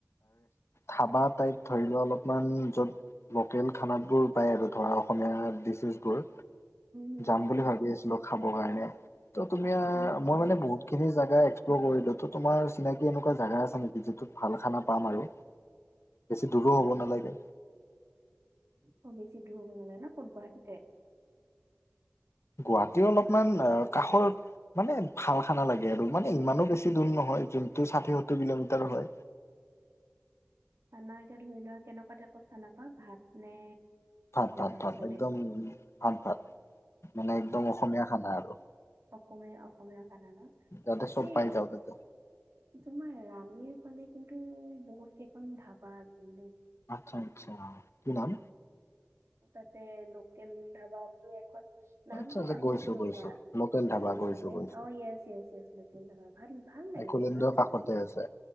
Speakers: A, on the left; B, on the right.
A: ধাবা টাইপ ধৰি লোৱা অলপ মান য'ত লোকেল খানাবোৰ পায়, আৰু ধৰা অসমীয়া ডিচছবোৰ।
B: হম,
A: যাম
B: হম,
A: বুলি ভাবি আছিলো, খাব কাৰণে ত, তুমি
B: অ', আচ্ছা।
A: মই মানে বহুত খিনি জেগা এক্সপ্ল' কৰিলো তো, তোমাৰ চিনাকি এনেকুৱা জাগা আছে নেকি, যিটোত ভাল খানা পাম আৰু। বেছি দূৰো হব নালাগে।
B: অ, বেচি দূৰ হব নালাগে ন, কত, গুৱাহাটীতে?
A: গুৱাহাটীৰ অলপমান কাষৰ মানে ভাল খানা লাগে আৰু, মানে ইমানো বেছি দূৰ নহয়, যোনটো ষাঠি সত্তৰ কিলোমিটাৰ হয়।
B: খানা এতিয়া ধৰি লোৱা, কেনেকুৱা টাইপৰ খানা পাওঁ ভাত নে
A: ভাত, ভাত
B: নে
A: ভাত
B: বেলেগ
A: একদম ভাত, ভাত মানে একদম অসমীয়া খানা আৰু।
B: অসমমীয়া, অসমীয়া খানা ন,
A: যাতে চব
B: এই
A: পাই যাওঁ তাতে।
B: তোমাৰ ৰাণীৰ ফালে কিন্তু বহুত কেইখনাম ধাবা আছিল দেই।
A: আচ্ছা, আচ্ছা কি নাম?
B: তাতে লোকেল ধাবা বুলি এখন নামতটো
A: আচ্ছা আচ্ছা
B: পাহৰিছোঁ
A: গৈছো গৈছো
B: ৰবা,
A: লোকেল ধাবা
B: ৰানিফলে,
A: গৈছো গৈছো।
B: অ, য়েছ, য়েছ ভাল লগে,
A: একলেণ্ডৰ
B: কিন্তু ভাল বনাই
A: কাষতে আছে।